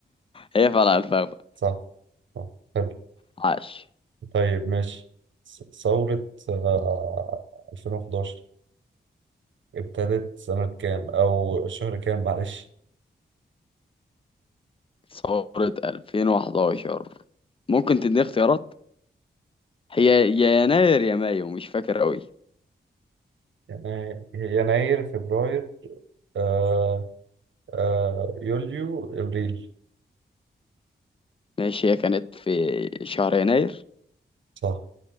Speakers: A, on the left (about 30°); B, on the right (about 75°).
A: هي فعلا الفخدة
B: صح صح. حلو
A: عاش
B: طيب ماشي ث- ثورة آه، 2011 ابتدت سنة كام أو شهر كام معلش
A: ثورة 2011 ممكن تديني اختيارات هي يا يناير يا مايو مش فاكر قوي
B: يناير يناير، فبراير آه آه يوليو إبريل
A: ماشي هي كانت في شهر يناير
B: صح